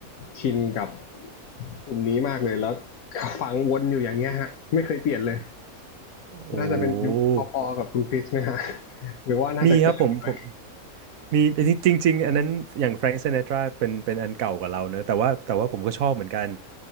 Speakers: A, on the left; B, on the right.
A: ชินกับกลุ่มนี้มากเลยแล้วฟังวนอยู่อย่างเงี้ยฮะไม่เคยเปลี่ยนเลย
B: โอ้
A: น่าจะเป็นยุคพอๆกับคุณคริสไหมฮะหรือว่าน่าจะเกินไป
B: มีครับผมผมมีจริงๆอันนั้นอย่างแฟรง k ์ซิน t ตราเป็นเป็นอันเก่ากว่าเราเนอะแต่ว่าแต่ว่าผมก็ชอบเหมือนกัน